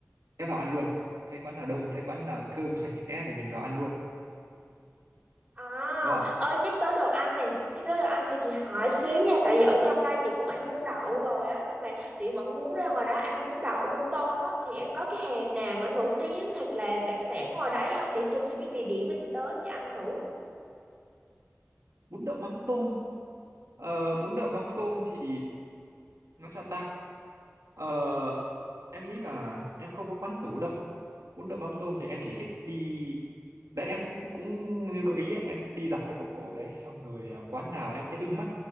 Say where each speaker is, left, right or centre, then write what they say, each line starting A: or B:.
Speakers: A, on the right (about 75°); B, on the right (about 25°).
A: thế vào ăn luôn thế quán nào đông thế quán nào thơm sạch sẽ để mình vào ăn luôn
B: À,
A: đúng không
B: ơi nhắc tới đồ ăn nè, nhắc tới đồ ăn cho chị hỏi xíu nha, tại vì ở trong đây chị cũng ăn bún đậu rồi á, nhưng mà chị vẫn muốn ra ngoài đó ăn bún đậu mắm tôm á, thì em có cái hàng nào mà nổi tiếng hoặc là đặc sản ngoài đấy không để cho chị biết địa điểm để chị tới chị ăn thử.
A: bún đậu mắm tôm ờ, bún đậu mắm tôm thì nói sao ta ờ, em nghĩ là em không có quán tủ đâu bún đậu mắm tôm thì em chỉ thích đi đấy em cũng cũng như gợi ý ấy, em đi dọc cái phố cổ đấy xong rồi à, quán nào em thấy ưng mắt